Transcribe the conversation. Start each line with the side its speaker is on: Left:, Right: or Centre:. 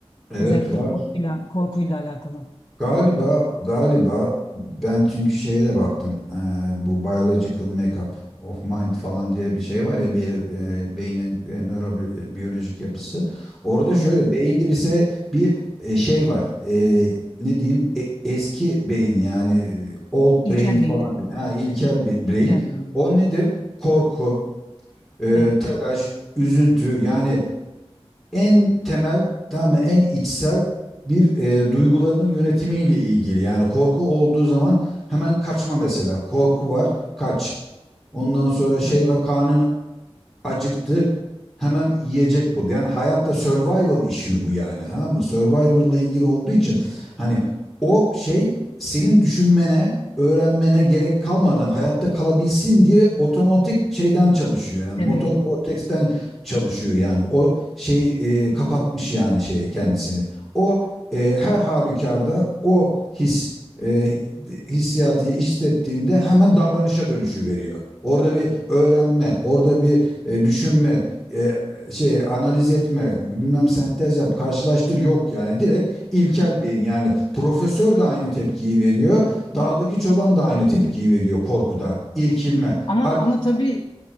Centre: Evet
Left: Özellikle
Centre: var.
Left: korkuyla, korkuyla alakalı.
Centre: Galiba galiba ben çünkü şeye de baktım. Ee, bu biological makeup of mind falan diye bir şey var ya bir yere- e, beynin e, nörobiyolojik yapısı. Orada
Left: Hı hı.
Centre: şöyle beyinde bize bir e, şey var. Ee, ne diyeyim? E- eski beyin yani e, old
Left: İlkel
Centre: brain falan.
Left: beyin evet.
Centre: Ha, ilkel bir
Left: İlkel
Centre: brain.
Left: beyin.
Centre: O nedir? Korku, e,
Left: Evet. Evet.
Centre: telaş, üzüntü yani en temel tamam mı en içsel bir e, duyguların yönetimiyle ilgili. Yani korku olduğu zaman hemen kaçma mesela. Korku var, kaç. Ondan sonra şey
Left: evet.
Centre: var, kanın acıktı hemen yiyecek bul. Yani hayatta survival işi bu yani tamam mı? Survival'la ilgili olduğu için hani o şey senin düşünmene, öğrenmene gerek kalmadan hayatta kalabilsin diye otomatik şeyden çalışıyor. Yani
Left: Devreye
Centre: motor
Left: giriyor.
Centre: korteksten çalışıyor yani. O şey e, kapatmış yani şey kendisini. O e, her halükarda o his e, hissiyatı hissettiğinde hemen davranışa dönüşü veriyor. Orada bir öğrenme, orada bir e, düşünme, e, şey analiz etme, bilmem sentez yap, karşılaştır yok yani. Direkt ilkel beyin yani profesör de aynı tepkiyi veriyor. Dağdaki çoban da aynı tepkiyi veriyor korkuda, irkilme.
Left: Ama
Centre: Ar-
Left: ama tabii